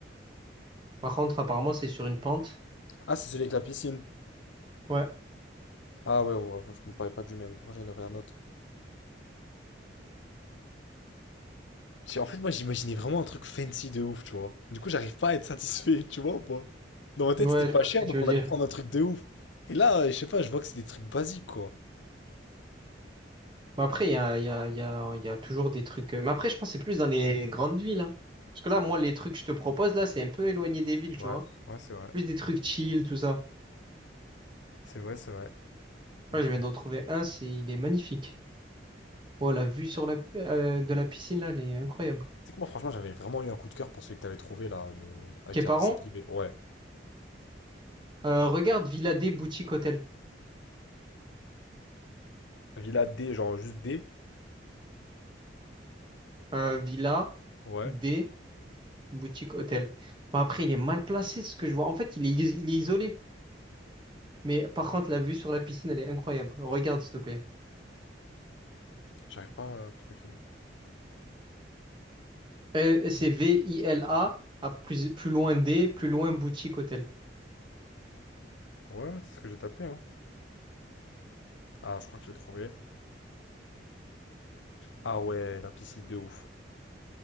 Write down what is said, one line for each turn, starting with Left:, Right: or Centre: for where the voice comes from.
Right: Par contre, apparemment, c'est sur une pente.
Left: Ah, c'est celui avec la piscine.
Right: Ouais.
Left: Ah ouais, ouais, ouais, je me parlais pas du même. Moi, j'en avais un autre. J'ai- En fait, moi, j'imaginais vraiment un truc fancy de ouf, tu vois. Du coup, j'arrive pas à être satisfait, tu vois ou pas? Dans ma tête,
Right: Ouais,
Left: c'était pas
Right: je vois
Left: cher,
Right: ce que tu
Left: donc
Right: veux
Left: on
Right: dire.
Left: allait prendre un truc de ouf. Et là, euh, je sais pas, je vois que c'est des trucs basiques, quoi.
Right: Mais après, il y a, il y a, il y a, il y a toujours des trucs. euh, Mais après, je pense que c'est plus dans les grandes villes. hein. Parce que là, moi, les trucs que je te propose, là, c'est un peu éloigné des villes,
Left: Ouais,
Right: tu vois.
Left: ouais, c'est vrai.
Right: Plus des trucs chill, tout ça.
Left: C'est vrai, c'est vrai. Mais
Right: Là,
Left: faut-
Right: je viens d'en trouver un, c'est, il est magnifique. Oh, la vue sur la, euh, de la piscine, là, elle est incroyable.
Left: C'est que moi, franchement, j'avais vraiment eu un coup de cœur pour celui que t'avais trouvé là, le... avec
Right: Képaron,
Left: la piscine privée. Ouais.
Right: euh, regarde Villa D Boutique Hôtel.
Left: Villa D, genre juste D.
Right: Euh, Villa
Left: Ouais,
Right: D Boutique Hôtel. Bon, après, il est mal placé, ce que je vois. En fait, il est, is- il est isolé. Mais par contre, la vue sur la piscine, elle est incroyable. Regarde, s'il te plaît.
Left: j'arrive pas à truquer.
Right: Euh, c'est V-I-L-A, à plus, plus loin D, plus loin boutique hôtel.
Left: Ouais, ouais, c'est ce que j'ai tapé, hein. Ah, je crois que je l'ai trouvé. Ah ouais, la piscine de ouf.